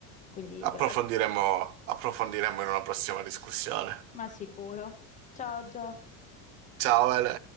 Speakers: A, on the left; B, on the right.
A: Quindi
B: approfondiremo,
A: grazie,
B: approfondiremo in una prossima discussione.
A: ma sicuro. Ciao Gio.
B: Ciao, Ele.